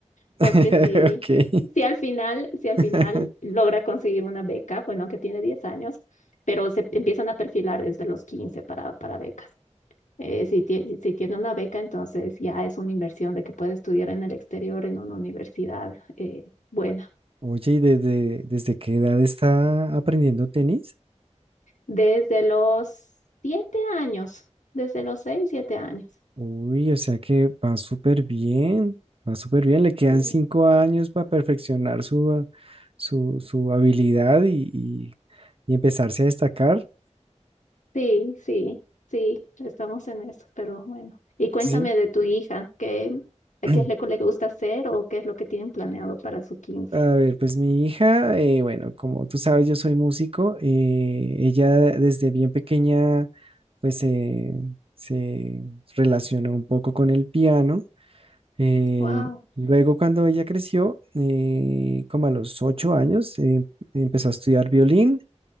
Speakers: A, on the left; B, on the right.
A: porque
B: <laughs>
A: si,
B: Ok.
A: si al final, si al
B: <laughs>
A: final logra conseguir una beca, bueno, que tiene 10 años, pero se empiezan a perfilar desde los 15 para, para becas. Eh, si, tie- si tiene una beca, entonces ya es una inversión de que puede estudiar en el exterior en una universidad eh, buena.
B: Oye, ¿y desde, desde qué edad está aprendiendo tenis?
A: Desde los siete años, desde los seis, siete años.
B: Uy, o sea que va súper bien, va súper bien. Le quedan
A: Sí,
B: cinco años para perfeccionar su, su, su habilidad y, y- y empezarse a destacar,
A: sí, sí, sí, estamos en eso, pero bueno. Y cuéntame
B: ¿sí?
A: de tu hija, ¿qué, qué
B: <clears throat>
A: es lo que le gusta hacer o qué es lo que tienen planeado para su quince
B: A ver, pues mi hija, eh, bueno, como tú sabes, yo soy músico. eh, ella desde bien pequeña, pues eh, se relacionó un poco con el piano. eh,
A: Wow,
B: luego, cuando ella creció, eh, como a los ocho años, eh, empezó a estudiar violín